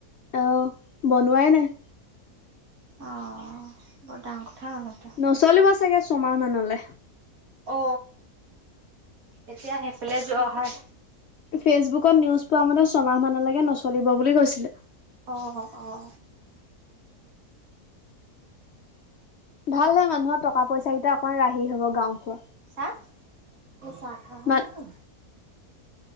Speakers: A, on the left (about 60°); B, on the right (about 65°).
A: অ, বনোৱাই নাই।
B: অ, বৰ ডাঙ কথা হল সেইটো।
A: নচলিব চাগে ছমাহ মানলে।
B: অ, তেতিয়া সেইফালে যোৱা হয়।
A: এই ফেচবুকত নিউজ পোৱা মতে ছমাহ মানলেকে নচলিব বুলি কৈছিলে।
B: অহ অ অ।
A: ভাল হে মানুহৰ টকা পইচা কেইটা অকমান ৰাহি হব গাওঁ ভোৰ।
B: চাহ, এই চাহ খাবানে
A: ভাত
B: ঐ?